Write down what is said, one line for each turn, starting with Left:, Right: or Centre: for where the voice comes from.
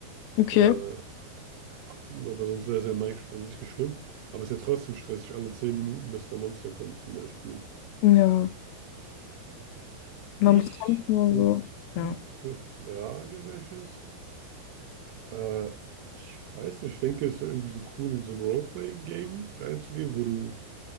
Left: Okay.
Right: Äh, ab- aber sonst wäre es ja in Minecraft an sich nicht schlimm. Aber es ist ja trotzdem stressig, alle 10 Minuten, dass da Monster kommen zum Beispiel.
Left: Ja, man
Right: Ich,
Left: muss kämpfen und
Right: eine
Left: so.
Right: gute
Left: Ja.
Right: Frage, welches? Äh, ich weiß nicht, ich denke, es wäre irgendwie so cool, in so ein Role-Playing-Game reinzugehen, wo du